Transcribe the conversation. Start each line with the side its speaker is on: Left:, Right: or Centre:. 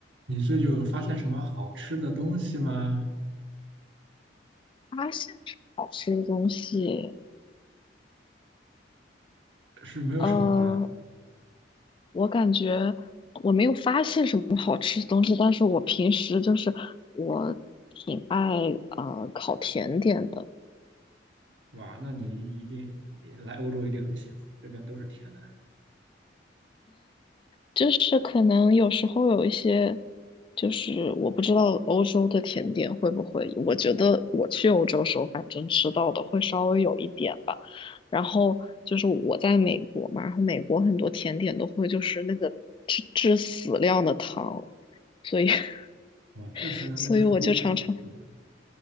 Right: 你这就发现什么好吃的东西吗？
Left: 发现什么好吃的东西，
Right: 是没有什么吗？
Left: 呃，我感觉我没有发现什么好吃的东西，但是我平时就是我挺爱呃烤甜点的，
Right: 哇，那你一定来欧洲一定很幸福，这边都是甜的。
Left: 就是可能有时候有一些，就是我不知道欧洲的甜点会不会，我觉得我去欧洲时候，反正吃到的会稍微有一点吧。然后就是我在美国嘛，然后美国很多甜点都会就是那个致致死量的糖，所以 <laughs>
Right: 哇，这次呢，
Left: 所以我就常常。
Right: 那就是齁甜了，对吧？